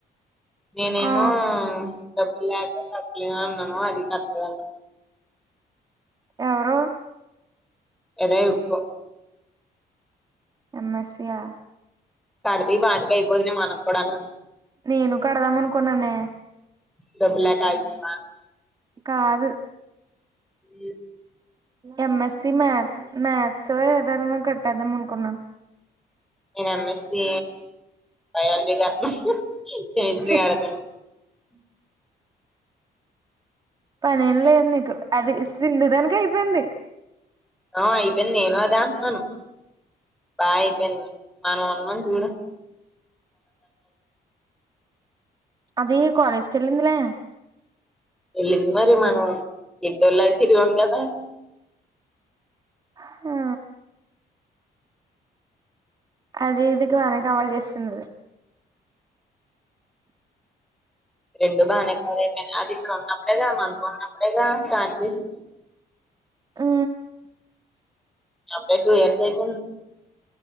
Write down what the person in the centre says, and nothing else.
నేనేమో
డబ్బులేక కట్టలేను అన్నాను అది కట్టలేదంట
ఏదే ఇప్పు
కర్ది బట అయిపోతున మనప్పుడను
గబ్లక్యతవా
ఈ
నేను ఎంఎస్సి బయాళజీ కెమిస్ట్రీ
కడత <inaudible>
ఆ అయిపోయింది నేను అదే అంటున్నాను బా అయిపోయింది మనం ఉన్నాం చూడు
వెళ్ళింది మరి మనం ఇడ్డోళ్ళ అయి తిరిగాం కదా
రెండు బానే కవరైయిపోయినా అది ప్పుడు ఉన్నప్పుడేగా మనతో ఉన్నప్పుడేగా స్టార్ట్ చేసి
అబుడే టు ఇయర్స్ అయిపోయి